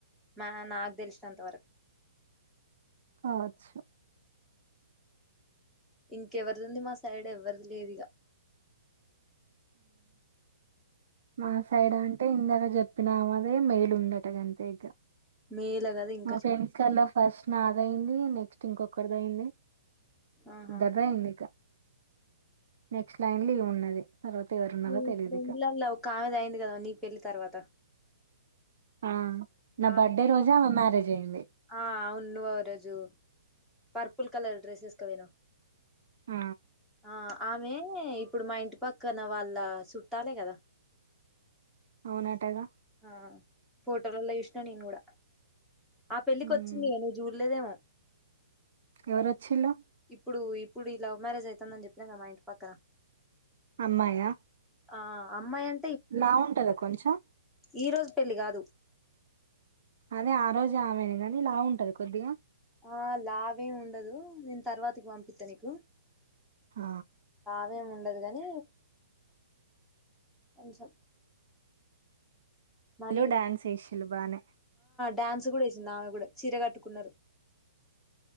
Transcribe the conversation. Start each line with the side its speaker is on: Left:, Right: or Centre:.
Centre: మ నాకు తెలిసిన అంతవరకు
Right: అచ్చా
Centre: ఇంకెవరిది ఉంది మా సైడ్ ఎవ్వరిది లేదుగా
Right: మా సైడ్ అంట అంటే ఇందాక చెప్పినామదే మెలు ఉందట గంతగ్గ
Centre: మేల కదా ఇంకా
Right: మా ఫ్రెండ్స్ కల్లా ఫస్ట్ నాదయింది. నెక్ క్స్ట్ఇంకొకరిది అయింది
Centre: ఆహా
Right: దగా ఎన్నిక నెక్స్ట్ లైన్ లిలో ఉన్నది తర్వాత ఎవరున్నారో
Centre: నీ
Right: తెలియదు
Centre: ఫ్రెండ్లల
Right: ఇక
Centre: ఒక ఆమెది అయింది కదా నీ పెళ్లి తర్వాత
Right: ఆ నా
Centre: ఆ
Right: బర్త్డే రోజా మ్యారేజ్ జేయండి
Centre: ఆ అవున్ నువ్ ఆ రోజు పర్పుల్ కలర్ డ్రెస్స్ యేస్కవోయినవ్
Right: ఆ
Centre: ఆ ఆమే ఇప్పుడు, మా ఇంటి పక్కన వాళ్ళ చుట్టాలే కదా
Right: అవునాటగా
Centre: ఆ ఫోటోలలో చూసిన నేను కూడా ఆ పెళ్ళకి
Right: హ్మ్
Centre: వచ్చింది నువ్వు చూడలేదేమో
Right: ఎవరు వచ్చిళ్లు
Centre: ఇప్పుడు ఇప్పుడు ఈ లవ్ మ్యారేజ్ అవుతుందని చెప్పినా కదమ్ మా ఇంటి పక్కన
Right: అమ్మాయా
Centre: ఆ అమ్మా ఎం
Right: లా ఉంటందా కొంచెం
Centre: ఈ రోజు పెళ్ళి కాదు
Right: అదే ఆ రోజు ఆమెను గాని లావ్ ఉంటది కొద్దిగా
Centre: ఆ లావేం ఉండదు నేను తర్వాతకి పంపిస్తా నీకు
Right: ఆ
Centre: అమేమి ఉండదు కానీ కొంచెం మరి
Right: ఇలు డాన్స్ ఏష్యలు బానే
Centre: డ్యాన్స్ కూడా వేసింది ఆమె కూడా చీర కట్టుకున్నారు